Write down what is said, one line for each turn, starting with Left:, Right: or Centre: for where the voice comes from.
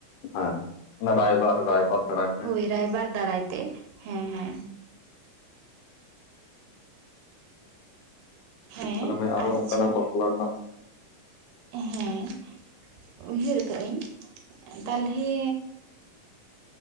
Left: ᱦᱮᱸ ᱚᱱᱟ ᱨᱟᱭᱵᱟᱨ ᱨᱟᱭᱵᱟᱨ ᱫᱟᱨᱟᱭ ᱾
Right: ᱦᱳᱭ ᱨᱟᱭᱵᱟᱨ ᱫᱟᱨᱟᱭ ᱛᱮ, ᱦᱮᱸ ᱦᱮᱸᱼᱼ ᱦᱮᱸ
Left: ᱛᱟᱦᱚᱞᱮ ᱟᱨᱚ
Right: ᱟᱪᱪᱷᱟ
Left: ᱚᱱᱠᱟᱱᱟᱜ ᱵᱟᱯᱞᱟ ᱨᱮᱱᱟᱜᱼᱼ
Right: ᱦᱮᱸ ᱩᱭᱦᱟᱹᱨ ᱟᱠᱟᱜ ᱟᱹᱧ ᱛᱟᱞᱦᱮᱼᱼ